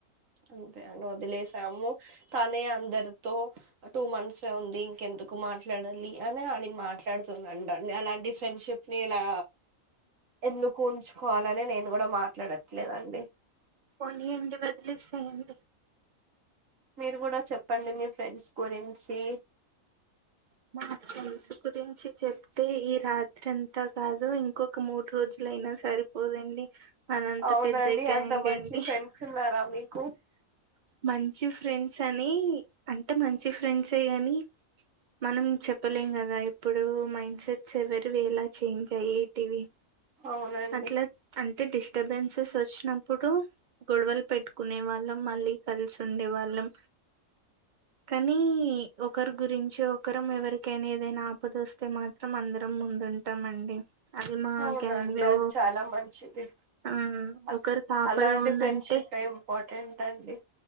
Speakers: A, on the right; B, on the right.
A: అంతే అమె వదిలేసాము తనేే అందర తనతో టూ మంత్స్ ఉంది ఇంకెందుకు మాట్లాడాలి అని ఆమె మాట్లాడుతుందిండి అండి అలాంటి ఫ్రెండ్షిప్ ని ఇలా ఎందుకు ఉంచుకోవాలని నేను కూడా మాట్లాడట్లేదండి
B: పోనీ అండి ఒదిలేసేయండి
A: మీరు కూడా చెప్పండి మీ ఫ్రెండ్స్ గురించి
B: మా ఫ్రెండ్స్ గురించి చెప్తే ఈ రాత్రి అంతా కాదు ఇంకొక మూడు రోజులయినా సరిపోదండి అదంత
A: అవునండి
B: పెద్ద గ్యాంగ్
A: అంత మంచి
B: అండి
A: ఫ్రెండ్స్ ఉన్నారా మీకు
B: మంచి ఫ్రెండ్స్ అని అంటే మంచి ఫ్రెండ్స్ కాని మనం చెప్పలేం కదా ఇప్పుడు మైండ్ సెట్స్ ఎవరివి ఎలా చేంజ్ అయ్యేటివి.
A: అవునండి
B: అట్లా అంటే డిస్టర్బెన్సెస్ వచ్చినప్పుడు గొడవలు పెట్టు కొట్టుకునే వాళ్ళం మళ్ళీ కలిసి ఉండే వాళ్ళం. కానీ ఒకరి గురించి ఒకరం ఎవరికైనా ఏదైనా ఆపద వస్తే మాత్రం అందరం ముందుంటాము అండి అది మా
A: అవునండి
B: గ్యాంగ్ లో
A: అది చాలా మంచిది
B: ఆ
A: అ-
B: ఒకరికి ఆపద
A: అలాంటి
B: ఉందంటే
A: ఫ్రెండ్షిప్ ఇంపార్టెంట్ అండి